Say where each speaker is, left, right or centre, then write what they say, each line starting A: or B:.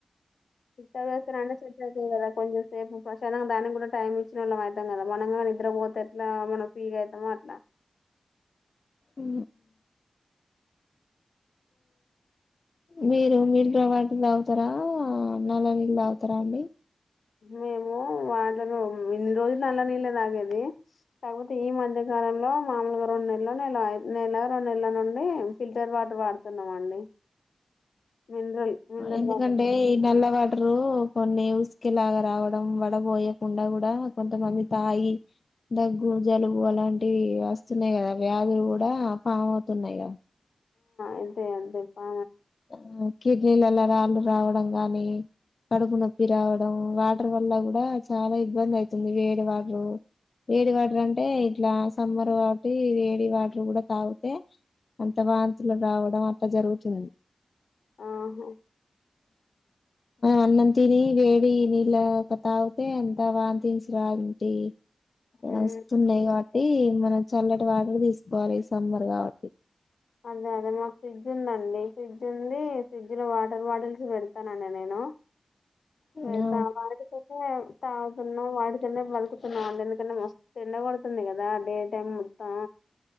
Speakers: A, on the left; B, on the left.
A: స్విచ్ ఆఫ్ చేస్తారు అన్నీ కదా కొంచెం సేపు ప్రస అ దానికి కూడా టైం ఇచ్చిన వాళ్ళం అవుతాం కదా మనం కా నిద్రపోతే ఎట్లా మనం ఫీగా అవుతామో అట్లా
B: ఉ మీరు మినరలవాటర్ తాగుతారా నల నీళ్ళ తాగుతారా అండి
A: మేము వాటర్ ఇన్ని రోజులు నల్ల నీళ్ళ తాగేది కాకపోతే ఈ మధ్యకాలంలో మామలుగా రెండు నెలలు నెల నెల రెండు నెలల నుండి ఫిల్టర్ వాటర్ వాడుతున్నామ అండి మినరల్ మినరల్
B: ఎందుకంటే
A: వాటర్
B: ఈ నల్ల వాటరు కొన్ని ఉసుకేలాగా రావడం వడబయకుండా కూడా కొంతమంది తాగి దగ్గు జలుబు అలాంటివి వస్తున్నాయి కదా వ్యాధులు కూడా ఫామ్ అవుతున్నాయి కదా
A: అదే అదే పా
B: కదా కిడ్నీలలో రాళ్ళు రావడం గాని కడుపు నొప్పి రావడం వాటర్ వల్ల కూడా చాలా ఇబ్బంది అయితుంది వేడి వాటర్ వేడి వాటర్ అంటే ఇట్లా సమ్మర్ కాబట్టి వేడి వాటర్ కూడా తాగితే అంత వాంతులు రావడం అట్లా జరుగుతుంది
A: ఆహ
B: అన్నం తిని వేడి నీళ్ళ తాగితే అంత వాంతిసి రాంటి
A: ఉమ్,
B: వస్తున్నాయి కాబట్టి మన చల్లటి వాటర్ తీసుకోవాలి ఈ సమ్మర్ కాబట్టి
A: అదే అదే మాకు ఫ్రిడ్జ్ ఉందండి ఫ్రిడ్జ్ ఉంది ఫ్రిడ్జ్లో వాటర్ బాటిల్స్ పెడతానండి నేను
B: అవునా
A: పెడా వాడుకద తాన్నా వాడు బతుకుతున్నాం ఎందుకంటే మస్తుం ఎండబడుతుంది కదా డే టైమ్ మొత్తం